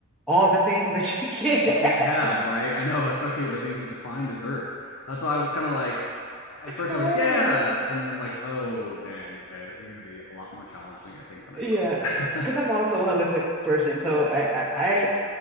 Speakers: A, in the centre; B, on the left (about 80°).
A: all the things that you get
B: it can't have,
A: <laughs>
B: right? I know, <laughs> especially the things that define desserts. That's why I was kind of like at first
A: Right.
B: I was like, yeah, and then I'm like, oh, dang, okay, this is going to be a lot more challenging I think than I
A: Yeah,
B: thought.
A: because I'm also a holistic person, so I, I